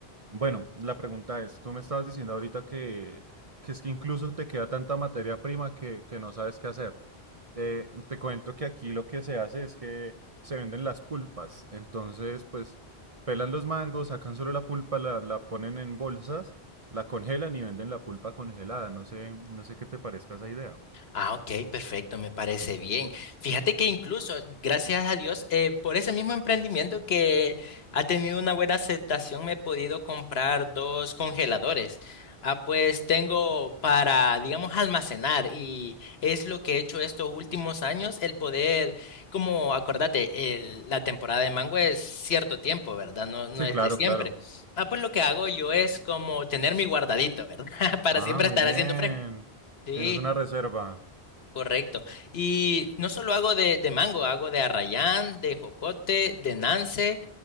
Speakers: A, on the right; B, on the left.
A: Bueno, la pregunta es, tú me estabas diciendo ahorita que, que es que incluso te queda tanta materia prima que, que no sabes qué hacer. Eh, te cuento que aquí lo que se hace es que se venden las pulpas. Entonces, pues, pelan los mangos, sacan solo la pulpa, la, la ponen en bolsas, la congelan y venden la pulpa congelada. No sé, no sé qué te parezca esa idea.
B: Ah, ok, perfecto, me parece bien. Fíjate que incluso, gracias a Dios, eh, por ese mismo emprendimiento que ha tenido una buena aceptación, me he podido comprar dos congeladores. Ah, pues tengo para, digamos, almacenar y es lo que he hecho estos últimos años, el poder, como acordate, el- la temporada de mango es cierto tiempo, ¿verdad? No, no
A: Sí,
B: es
A: claro,
B: de siempre.
A: claro.
B: Ah, pues lo que hago yo es como tener mi guardadito, ¿verdad? <laughs> Para
A: Ah,
B: siempre
A: muy
B: estar
A: bien.
B: haciendo fresco. Sí.
A: Tienes una reserva.
B: Correcto. Y no solo hago de, de mango, hago de arrayán, de jocote, de nance